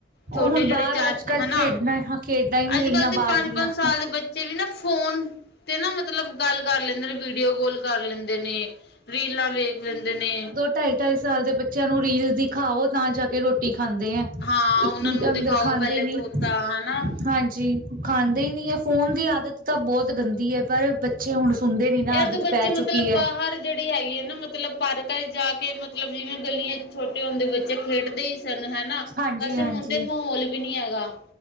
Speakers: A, on the right; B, on the left.
A: ਉਹ
B: ਛੋਟੇ
A: ਹੁਣ
B: ਜਿਹੜੇ
A: ਬਾਹਰ
B: ਚਾਰ
A: ਅੱਜ ਕੱਲ
B: ਹੈਨਾ
A: ਖੇਡਣਾ ਖੇਡਾਂ ਹੀ ਨਹੀਂ
B: ਅੱਜ-ਕੱਲ੍ਹ
A: ਰਹੀਆਂ
B: ਤੇ
A: ਬਾਹਰ
B: ਪੰਜ-ਪੰਜ
A: ਦੀਆਂ
B: ਸਾਲ ਦੇ ਬੱ ਚੇ ਨਾ ਤੇ ਵੀ ਨਾ ਫੋਨ ਤੇ ਨਾ ਮਤਲਬ ਗੱਲ ਕਰ ਲੈਂਦੇ ਨੇ ਵੀਡੀਓ ਕੋਲ ਕਰ ਲੈਂਦੇ ਨੇ, ਰੀਲਾਂ ਵੇਖ ਲੈਂਦੇ ਨੇ।
A: ਢਾਈ-ਢਾਈ ਸਾਲ ਦੇ ਬੱਚਿਆਂ ਨੂੰ ਰੀਲ ਦਿਖਾਓ ਤਾਂ ਜਾ ਕੇ ਰੋਟੀ ਖਾਂਦੇ ਐ। <unintelligible>
B: ਹਾਂ ਉਹਨਾਂ ਨੂੰ
A: ਤਾਂ ਅੰਦਰ
B: ਦਿਖਾਓ
A: ਖਾਂਦੇ
B: ਪਹਿਲੇ
A: ਨੀ
B: ਤੋਤਾ ਹਨਾ
A: ਹਾਂਜੀ। ਖਾਂਦੇ ਹੀ ਨਹੀਂ ਐ ਫੋਨ ਦੀ ਆਦਤ ਤਾਂ ਬਹੁਤ ਗੰਦੀ ਐ ਪਰ ਬੱਚੇ ਹੁਣ ਸੁਣਦੇ ਨੀ ਨਾ,
B: ਇਹ
A: ਆਦਤ
B: ਤੋਂ ਬੱਚੇ
A: ਪੈ ਚੁੱਕੀ
B: ਮਤਲਬ
A: ਏ।
B: ਬਾਹਰ ਜਿਹੜੀ ਹੈਗੀ ਐ ਨਾ ਮਤਲਬ ਪਾਰਕਾਂ ਚ ਜਾ ਕੇ ਮਤਲਬ ਜਿਵੇਂ ਗਲੀਆਂ ਛੋਟੇ ਹੁੰਦੇ ਬੱਚੇ ਖੇਡਦੇ ਹੀ ਸੀਗੇ। ਹੈਨਾ,
A: ਹਾਂਜੀ
B: ਵੈਸੇ
A: ਹਾਂਜੀ
B: ਹੁਣ ਤੇ ਮਹੌਲ ਵੀ ਨੀ ਹੈਗਾ।